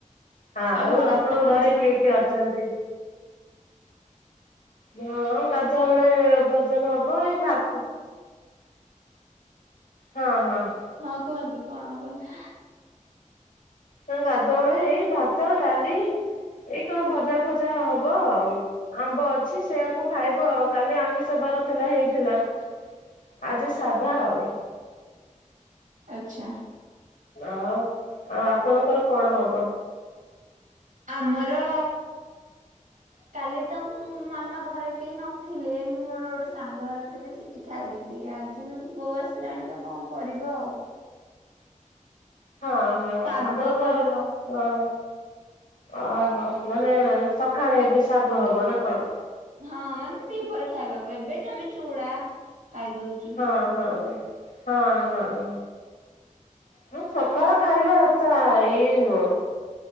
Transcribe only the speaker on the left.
ହଁ ଆଉ
ଆପଣଙ୍କ
ଘରେ କିଏ
କିଏ
ଅଛନ୍ତି? ହଁ ଗାଧୁଆ ବେଳେ ଭୋଜନ ହବ ଏଇ ଭାତ ହଁ ହଁ
ନା ଗାଧୁଆ ବେଳେ ଏଇ ଭାତ ଡାଲି ଏଇ କଣ ଭଜା ଫଜା ହବ ଆଉ। ଆମ୍ବ ଅଛି ସେୟାକୁ ଖାଇବୁ ଆଉ କାଲି ଆମିଷ ବାର ଥିଲା ହେଇଥିଲା। ଆଜି ସାଧା ଆଉ।
ଆଉ ଆଉ ଆପଣଙ୍କର କଣ ହବ?
<inaudible>
ହଁ ହଁ
ଆପଣଙ୍କ
ହଁ ଅହ ମାନେ ସକାଳେ ଏବେ ଶାଗ ହବ ନା କଣ?
ହଁ ହଁ ହଁ ହଁ। ହଁ ସକାଳ ଖାଇବା ତା ଇଏ ନୁହଁ।